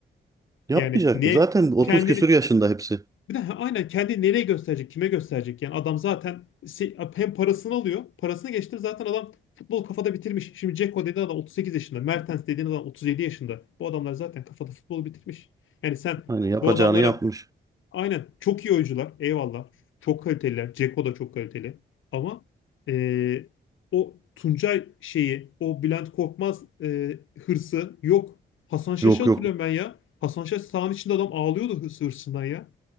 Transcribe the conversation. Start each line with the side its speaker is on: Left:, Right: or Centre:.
Right: Yapmayacaktır.
Left: Yani ne
Right: Zaten 30
Left: kendini
Right: küsur yaşında hepsi.
Left: Bir de ha- aynen kendi nereye gösterecek, kime gösterecek? Yani adam zaten se- hem parasını alıyor. Parasını geçtim zaten adam futbol kafada bitirmiş. Şimdi Dzeko dediğin adam 38 yaşında. Mertens dediğin adam 37 yaşında. Bu adamlar zaten kafada futbolu bitirmiş. Yani sen
Right: Hani yapacağını
Left: bu adamlara
Right: yapmış.
Left: aynen çok iyi oyuncular. Eyvallah. Çok kaliteliler. Dzeko da çok kaliteli. Ama eee, o Tuncay şeyi, o Bülent Korkmaz eee, hırsı yok. Hasan Şaş'ı
Right: Yok
Left: hatırlıyorum
Right: yok.
Left: ben ya. Hasan Şaş sahanın içinde adam ağlıyordu hırs- hırsından ya.